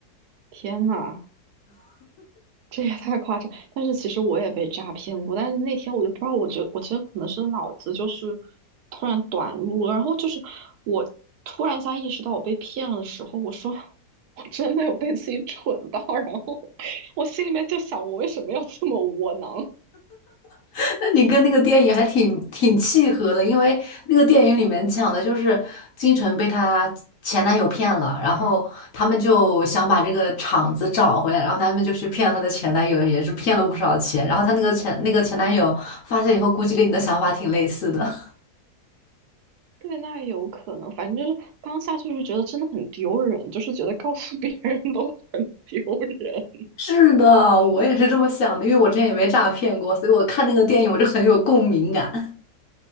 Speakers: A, on the right (about 75°); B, on the left (about 60°).
A: 天呐，这也太夸张！但是其实我也被诈骗过，但是那天我就不知道，我觉我觉得可能是脑子就是突然短路了，然后就是我突然一下意识到我被骗了的时候，我说我真的有被自己蠢到，然后我心里面就想，我为什么要这么窝囊？
B: <laughs> 那你跟那个电影还挺挺契合的，因为那个电影里面讲的就是金晨被她前男友骗了，然后他们就想把这个场子找回来，然后他们就去骗了她的前男友，也是骗了不少钱。然后她那个前那个前男友发现以后，估计跟你的想法挺类似的。
A: 对，那也有可能。反正就是当下就是觉得真的很丢人，就是觉得告诉别人都很丢人，
B: 是的，我也是这么想的，因为我之前也被诈骗过，所以我看那个电影我就很有共鸣感，